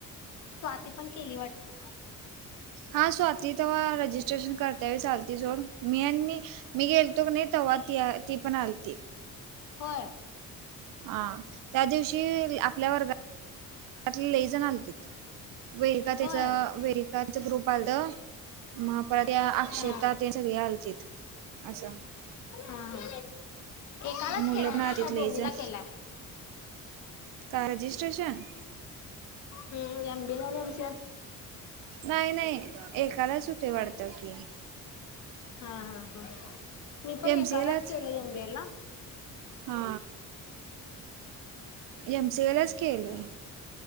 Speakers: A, on the left; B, on the right.
A: स्वाती पण केली वाटत
B: हा स्वाती तेव्हा रजिस्ट्रेशन करतावी चालते सोड मी आणि मी गेलतो क नाही तेव्हा ती पण आलती
A: हो
B: हा त्या दिवशी आपल्या वर्गात त्यातले लय जण आलतेत वेर का
A: होय
B: त्याच वेर च ग्रुप आलं मग परत त्या अक्षेतात
A: हा. हा
B: सगळे आलती असं
A: हा हा एकालाच
B: मुलं
A: केलाय
B: पण आलतीत
A: ना का
B: लई
A: दोन्हीला
B: जण.
A: केलाय
B: का रजिस्ट्रेशन
A: हम् एम बी ए
B: नाही नाही एकालाच होते वाटत की
A: हा हा हा मी पण
B: एम
A: एकालाच
B: सी ए लाच.
A: केलं एम बी ए ला
B: हा एम सी ए लाच केलोय